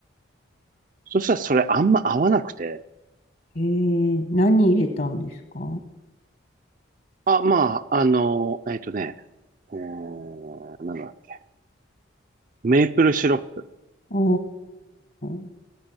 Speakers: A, on the right (about 45°); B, on the left (about 50°).
A: そしたらそれあんま合わなくて、
B: い。ええ、何入れたんですか
A: あ、まあ、あの、えっとね、えー、なんだっけ、メープルシロップ。
B: おー、